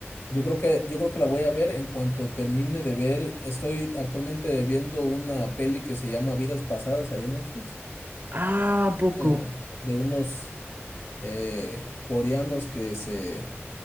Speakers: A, on the left; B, on the right.
A: yo creo que, yo creo que la voy a ver en cuanto termine de ver. Estoy actualmente viendo una peli que se llama Vidas Pasadas ahí en Netflix,
B: Ah, ¿a poco.
A: eh, de unos eh, coreanos que se